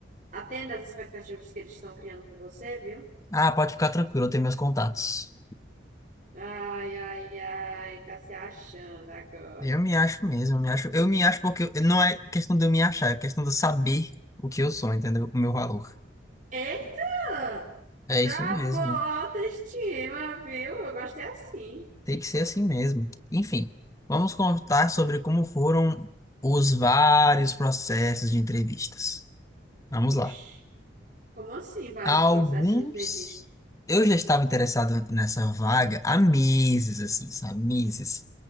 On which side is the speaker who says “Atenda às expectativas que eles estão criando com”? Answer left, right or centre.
Right